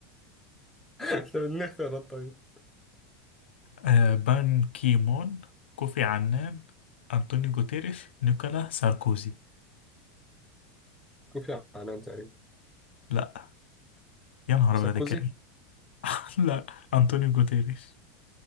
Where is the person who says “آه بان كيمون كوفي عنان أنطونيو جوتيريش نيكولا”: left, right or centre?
Left